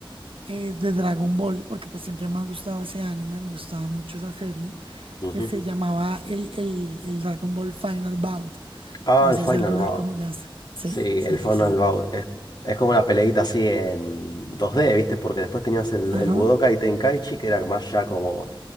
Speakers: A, on the right; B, on the left.
A: eh, de Dragon Ball, porque pues siempre me ha gustado ese anime, me gustaba mucho esa serie.
B: Ujú.
A: que se llamaba el, el, el Dragon Ball Final Bout.
B: Ah,
A: No
B: el
A: sé
B: Final
A: si alguna
B: Bout.
A: vez lo jugaste. Sí,
B: Sí,
A: sí,
B: el Final
A: sí, sí.
B: Bout. Es, es como una peleita así en 2D, ¿viste? Porque después tenías el,
A: Ajá.
B: el Budokai Tenkaichi, que era más ya como.